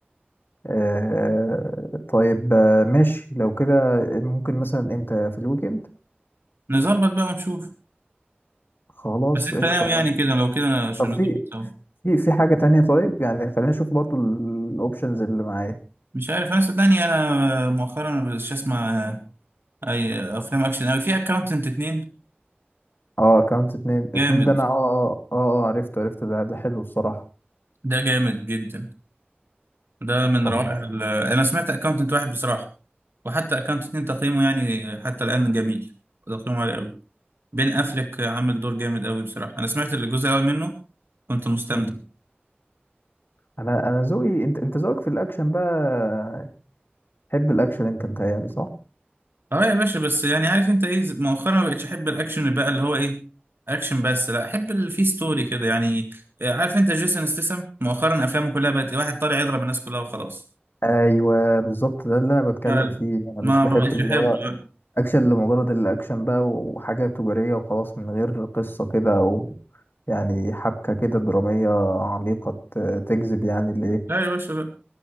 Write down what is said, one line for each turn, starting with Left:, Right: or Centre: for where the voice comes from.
Left: آه طيب آه، ماشي لو كده ممكن مثلا امتى في الويكند
Right: نظبط بقى ونشوف
Left: خلاص
Right: بس انت
Left: قشطة
Right: ناوي
Left: ماشي
Right: يعني كده لو كده أنا شو
Left: طب في
Right: نظبط سوا
Left: في في حاجة تانية طيب يعني خلينا نشوف برضو الاوبشنز اللي معايا
Right: مش عارف انا صدقني انا مؤخرا مش اسمع اي افلام اكشن اوي في اكاونتنت اتنين
Left: اه اكونت اتنين اتنين
Right: جامد
Left: ده انا اه اه اه آه، عرفته عرفته ده ده حلو الصراحة
Right: ده جامد جدا ده من
Left: طب
Right: روائع
Left: ماشي
Right: ال- انا سمعت اكاونتنت واحد بصراحه وحتى اكانت اتنين تقييمه يعني حتى الان جميل تقييمه عالي قوي بين افلك عامل دور جامد قوي بصراحه انا سمعت الجزء الاول منه كنت مستمتع
Left: مم. انا انا ذوقي انت انت ذوقك في الاكشن بقى تحب الاكشن انت متهيألي صح؟
Right: اه يا باشا بس يعني عارف انت ايه مؤخرا ما بقتش احب الاكشن بقى اللي هو ايه اكشن بس لا احب اللي فيه ستوري كده يعني عارف انت جيسون استسم مؤخرا افلامه كلها بقت إيه، واحد طالع يضرب الناس كلها وخلاص
Left: ايوه بالظبط ده اللي انا بتكلم
Right: لا،
Left: فيه انا
Right: ما
Left: مش بحب
Right: ما بقتش
Left: اللي
Right: احبه
Left: هو
Right: لا
Left: اكشن لمجرد الاكشن بقى وحاجة تجارية وخلاص من غير قصة كده او يعني حبكة كده درامية عميقة ت- تجذب يعني الايه
Right: لا يا باشا لا